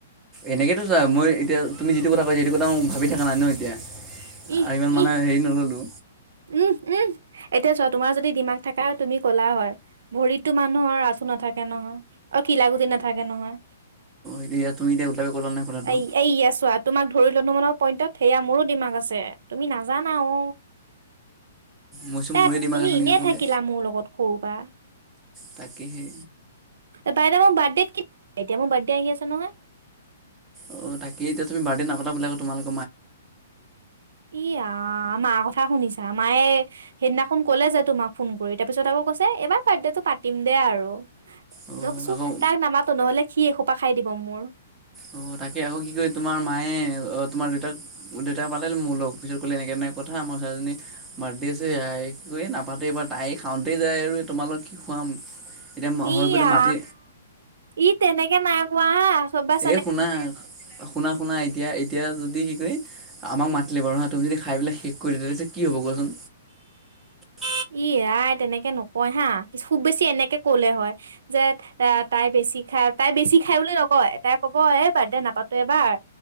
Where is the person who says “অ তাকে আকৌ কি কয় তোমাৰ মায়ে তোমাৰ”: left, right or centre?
Centre